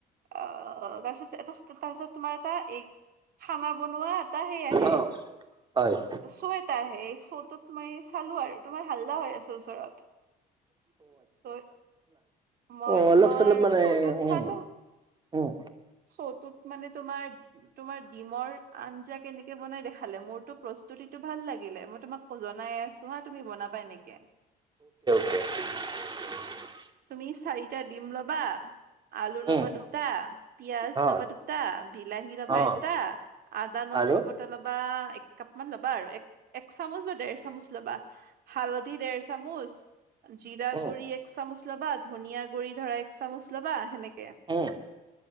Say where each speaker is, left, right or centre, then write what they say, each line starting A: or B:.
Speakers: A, on the right; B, on the right.
A: অ তাৰপিছত এটা তাৰপিছত। তোমাৰ এটা এই খানা। বনোৱা এটা সেই আহে
B: অ হয়
A: চ' এটা আহে চ। মই চালো আৰু তোমাৰ হাল্লা হৈ আছে ওচৰত ত। মই
B: অলপ
A: তোমাৰ
B: চলপ মানে
A: চৌতত
B: উম
A: চালো
B: উম
A: চৌতত। মানে তোমাৰ তোমাৰ ডিমৰ আঞ্জা কেনেকে বনাই দেখালে মোৰতটো প্ৰস্তুতিতটো ভাল লাগে। লে মই তোমাক জনাই আছো হা তুমি বনাবা এ নেকে।
B: তে।। <unintelligible>
A: তুমি চাৰিটা দিম লবা। আলু লবা
B: উম
A: দুটা পিয়াজ
B: অ
A: লবা দুটা বিলাহী ল'বা
B: অ
A: এটা আদা। আদা নহৰু
B: আৰু
A: বটা লবা। এক কাপ ম ল'বা আৰু এক এক চামুচ বা ডেৰ চামুচ ল'বা হালধি ডেৰ চামুচ। জিৰা
B: উম
A: গুৰি এক চামুচ ল'বা ধনিয়া গুৰি ধৰা এক চামুচ ল'বা সেনেকে।
B: আহ